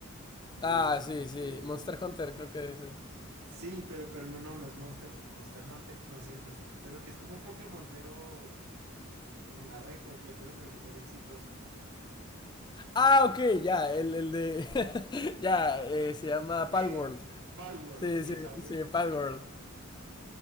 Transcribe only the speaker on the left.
Ah, sí,
sí. Monster Hunter, creo que ese es.
Ah, ok, ya, el, el de. <laughs> ya, eh, se llama
Palworld.
Sí,
sí,
sí, Palworld.